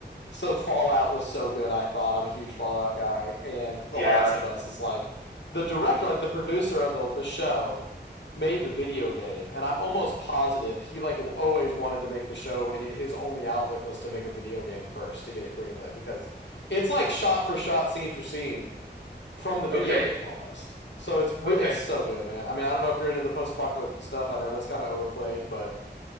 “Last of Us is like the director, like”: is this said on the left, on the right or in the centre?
Left